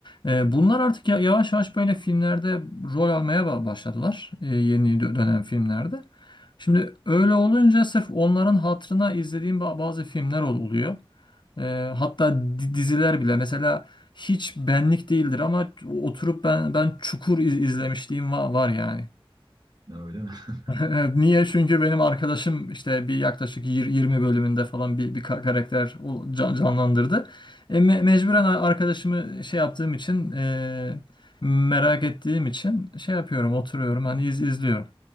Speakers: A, on the left (about 55°); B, on the right (about 45°).
A: E, bunlar artık ya- yavaş yavaş böyle filmlerde rol almaya ba- başladılar. E, yeni dö- dönem filmlerde. Şimdi öyle olunca sırf onların hatırına izlediğim ba- bazı filmler ol- oluyor. Ee, hatta di- diziler bile mesela hiç benlik değildir ama oturup ben ben Çukur iz- izlemişliğim var, var yani.
B: hı. Öyle mi? <laughs>
A: <laughs> Niye? Çünkü benim arkadaşım işte bir yaklaşık yir- 20 bölümünde falan bir, bir ka- karakter o- can- canlandırdı. E, me- mecburen a- arkadaşımı şey yaptığım için e, merak ettiğim için şey yapıyorum oturuyorum hani iz- izliyorum.